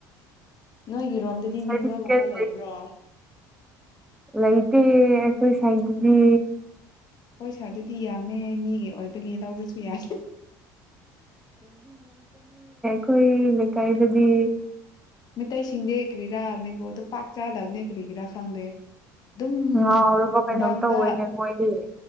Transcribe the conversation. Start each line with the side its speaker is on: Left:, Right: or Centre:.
Left: ꯅꯣꯏꯒꯤ ꯔꯣꯝꯗꯗꯤ
Centre: ꯁꯥꯔꯇꯤꯐꯤꯀꯦꯠ
Left: ꯃꯤꯡꯒꯒꯨꯝꯕ ꯂꯩꯕ꯭ꯔꯣ
Centre: ꯂꯩꯇꯦ ꯑꯩꯈꯣꯏ ꯁꯥꯏꯠꯇꯗꯤ
Left: ꯍꯣꯏ ꯁꯥꯔ ꯑꯗꯨꯗꯤ ꯌꯥꯝꯃꯦ ꯃꯤꯒꯤ ꯑꯣꯏꯕꯒꯤ ꯂꯧꯕꯁꯨ ꯌꯥꯏ
Centre: ꯈꯣꯏ ꯂꯩꯦꯀꯥꯏꯗꯗꯤ
Left: ꯃꯩꯇꯩꯁꯤꯡꯗ ꯀ꯭ꯔꯤꯔꯥ ꯃꯦꯡꯒꯣꯗꯣ ꯄꯥꯛ ꯆꯥꯗꯕꯅꯦ ꯀ꯭ꯔꯤꯒꯤꯦꯔꯥ ꯈꯪꯗꯦ ꯑꯗꯨꯝ
Centre: ꯉꯥꯎꯔꯕ ꯀꯩꯅꯣꯝ
Left: ꯀꯕꯥꯡꯗ
Centre: ꯇꯧꯋꯦꯅꯦ ꯃꯣꯏꯗꯤ